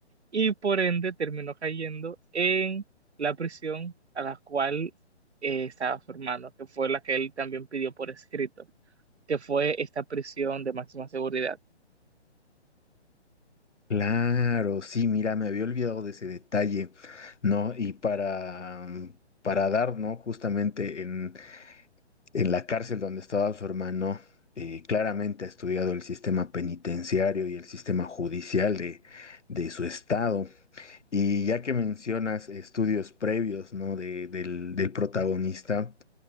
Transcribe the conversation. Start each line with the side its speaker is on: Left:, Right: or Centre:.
Right: y por ende terminó cayendo en la prisión a la cual eh, estaba su hermano, que fue la que él también pidió por escrito, que fue esta prisión de máxima seguridad.
Left: Claro, sí, mira, me había olvidado de ese detalle, ¿no? Y para, mm, para dar, ¿no? Justamente en, en la cárcel donde estaba su hermano, eh, claramente ha estudiado el sistema penitenciario y el sistema judicial de, de su estado. Y ya que mencionas estudios previos, ¿no? De, del, del protagonista.